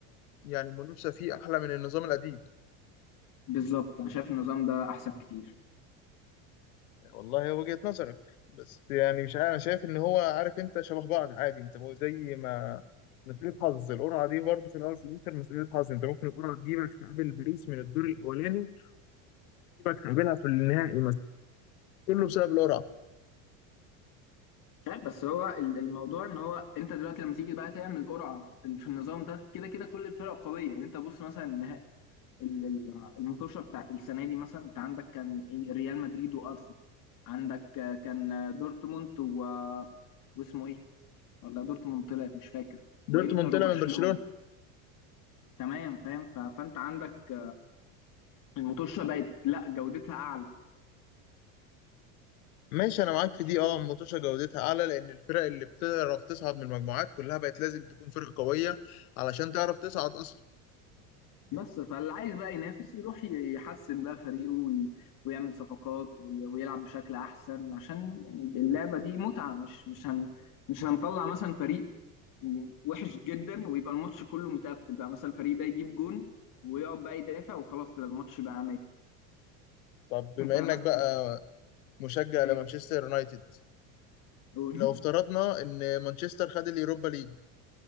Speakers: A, on the left; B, on the left.
A: يعني المنافسه فيه احلى من النظام القديم
B: بالظبط أنا شايف النظام ده أحسن كتير
A: والله هي وجهة نظرك بس يعني مش عارف انا شايف ان هو عارف انت شبه بعض عادي انت هو زي ما مسؤولية حظ القرعة دي برضه في الاول وفي الاخر مسؤولية حظ انت ممكن القرعة تجيبك تقابل باريس من الدور الاولاني تجيبك تقابلها في النهائي مثلا كله بسبب القرعة
B: مش عارف بس هو ال- الموضوع إن هو أنت دلوقتي لما تيجي بقى تعمل قرعة في ال- في النظام ده كده كده كل الفرق قوية يعني أنت بص مثلا النها- ال- ال- المطوشة بتاعت السنة دي مثلا أنت عندك كان إيه ريال مدريد وأرسنال عندك آه، كان آه، دورتموند و... واسمه إيه ولا دورتموند طلعت مش فاكر وإنتر
A: دورتموند طلع
B: وبرشلونة
A: من برشلونة
B: تمام فاهم ف- فأنت عندك المطوشه بقت لا جودتها اعلى
A: ماشي انا معاك في دي اه الماتشة جودتها اعلى لان الفرق اللي بتعرف تصعد من المجموعات كلها بقت لازم تكون فرق قوية علشان تعرف تصعد اصلا
B: بس فاللي عايز بقى ينافس يروح يحسن بقى فريقه وي- ويعمل صفقات وي- ويلعب بشكل احسن عشان يعني اللعبه دي متعه مش مش هن مش هنطلع مثلا فريق وحش جدا ويبقى الماتش كله متقفل بقى مثلا الفريق ده يجيب جون ويقعد بقى يدافع وخلاص كده الماتش بقى مات
A: طب بما
B: انت مثلا
A: انك بقى مشجع
B: ايه
A: لمانشستر يونايتد
B: قول
A: لو افترضنا
B: <laughs>
A: ان مانشستر خد اليوروبا ليج